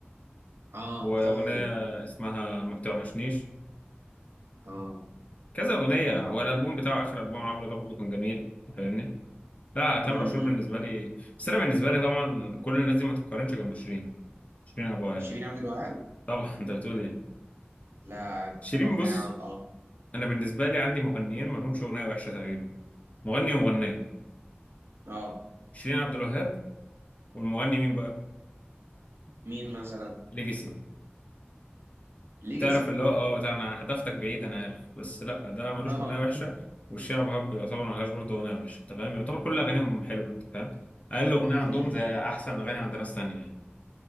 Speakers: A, on the right (about 90°); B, on the left (about 35°).
A: اه
B: واغنيه
A: دي تحفه دي
B: اسمها ما بتوحشنيش
A: اه
B: كذا اغنيه والالبوم بتاعه اخر البوم عمله ده برضه كان جميل فاهمني لا تامر
A: امم
B: عاشور بالنسبه لي بس انا بالنسبه لي طبعا كل الناس دي ما تتقارنش جنب شيرين شيرين ابو عال
A: شيرين عبد الوهاب
B: طبعا <laughs> انت بتقول ايه
A: لا
B: شيرين
A: هو فعلا
B: بص
A: اه
B: انا بالنسبه لي عندي مغنيين ما لهمش اغنيه وحشه تقريبا مغني ومغنيه
A: اه
B: شيرين عبد الوهاب والمغني مين بقى
A: مين مثلا
B: ليجاسي
A: ليجاسي
B: تعرف اللي هو اه ده انا هدفتك بعيد انا عارف بس لا ده ملوش
A: اه
B: اغنيه وحشه والشيرين ابو وهاب يعتبر ملهاش برضه اغنيه وحشه انت فاهم يعتبر كل اغانيهم حلوه انت فاهم اقل اغنيه عندهم
A: امم
B: زي احسن اغاني عند ناس تانية يعني.